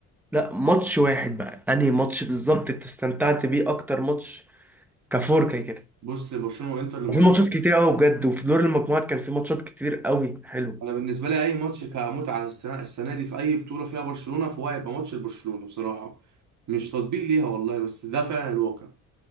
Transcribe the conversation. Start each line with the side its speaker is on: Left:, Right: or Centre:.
Centre: لا ماتش واحد بقى انهي ماتش بالظبط انت استمتعت بيه اكتر ماتش كفور كده
Right: بص برشلونة وانتر الماتش
Centre: في ماتشات كتير قوي بجد وفي دور المجموعات كان في ماتشات كتير قوي حلو
Right: انا بالنسبة لي اي ماتش كمتعة السنة السنة دي في اي بطولة فيها برشلونة فهو هيبقى ماتش لبرشلونة بصراحة مش تطبيل ليها والله بس ده فعلا الواقع